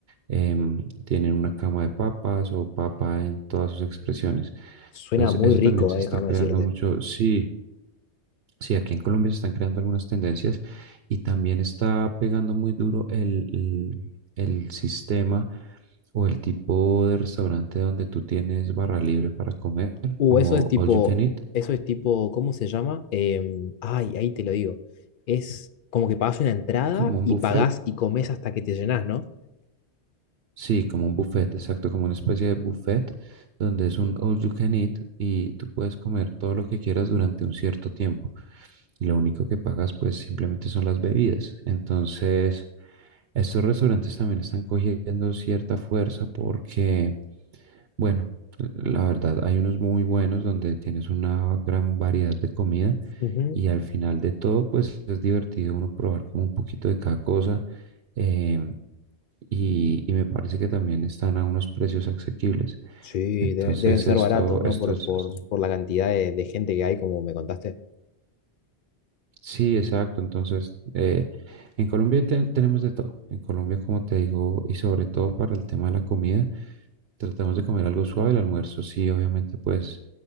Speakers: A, on the right (about 65°); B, on the left (about 55°).
A: em, tienen una cama de papas o papa en todas sus expresiones.
B: Suena
A: Entonces
B: muy
A: eso
B: rico,
A: también se
B: eh,
A: está
B: déjame
A: creando
B: decirte.
A: mucho. Sí, sí, aquí en Colombia se están creando algunas tendencias y también está pegando muy duro el, el el sistema o el tipo de restaurante donde tú tienes barra libre para comer,
B: Uh,
A: como
B: eso es tipo,
A: all you can eat,
B: eso es tipo, ¿cómo se llama? Em, ay, ahí te lo digo. Es como que pagas una entrada
A: como un
B: y
A: buffet.
B: pagás y comes hasta que te llenás, ¿no?
A: Sí, como un buffet, exacto, como una especie de buffet donde es un all you can eat y tú puedes comer todo lo que quieras durante un cierto tiempo. Y lo único que pagas pues simplemente son las bebidas. Entonces, estos restaurantes también están cogiendo cierta fuerza porque, bueno, la verdad, hay unos muy buenos donde tienes una gran variedad de comida
B: Ujú.
A: y al final de todo pues es divertido uno probar como un poquito de cada cosa. em, y, y me parece que también están a unos precios asequibles.
B: Sí,
A: Entonces,
B: de- deben ser
A: esto,
B: baratos, ¿no?
A: esto
B: Por,
A: es,
B: por,
A: esto es-
B: por la cantidad de, de gente que hay, como me contaste.
A: sí, exacto. Entonces, eh, en Colombia te- tenemos de todo. En Colombia, como te digo, y sobre todo para el tema de la comida, tratamos de comer algo suave. El almuerzo, sí, obviamente, pues